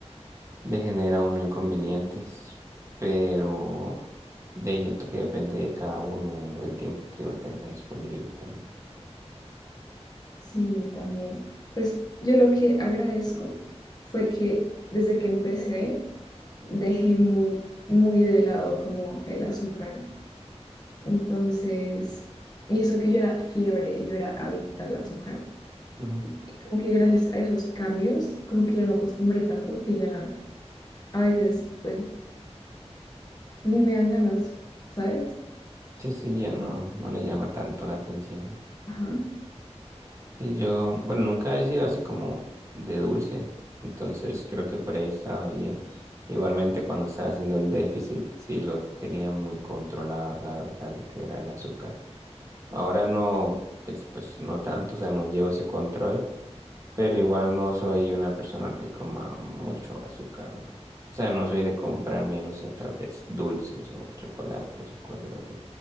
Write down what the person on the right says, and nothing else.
le genera uno inconvenientes, pero de ahí siento que depende de cada uno, del tiempo que uno tenga disponible también.
Ujú.
Sí, sí, ya no, no le llama tanto la atención.
y yo, bueno, nunca he sido así como de dulce, entonces creo que por ahí estaba bien. Igualmente cuando estaba haciendo el déficit, sí lo tenía muy controlado, la verdad, lo que era el azúcar. Ahora no, pues, pues no tanto, o sea, no llevo ese control. pero igual no soy una persona que coma mucho azúcar. O sea, no soy de comprarme, no sé, tal vez dulces o chocolates o cosas así.